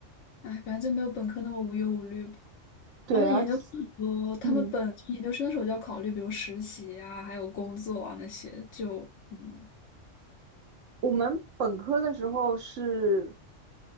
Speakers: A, on the left; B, on the right.
A: 哎，反正就没有本科那么无忧无虑。
B: 对，
A: 而且研究生很多，
B: 而且，
A: 他们本研究生的时候就要考虑，
B: 嗯，
A: 比如实习啊，还有工作啊那些，就嗯，
B: 我们本科的时候是